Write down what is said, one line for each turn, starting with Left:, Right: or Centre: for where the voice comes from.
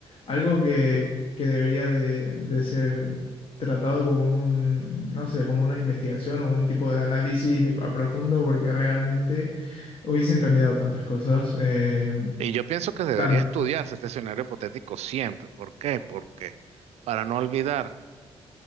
Left: algo que, que debería de, de ser tratado como un, no sé, como una investigación o un tipo de análisis eh, a profundo porque realmente Hubiesen cambiado tantas cosas. eh,
Right: Y yo pienso que debería
Left: tan,
Right: estudiarse este escenario hipotético siempre. ¿Por qué? Porque para no olvidar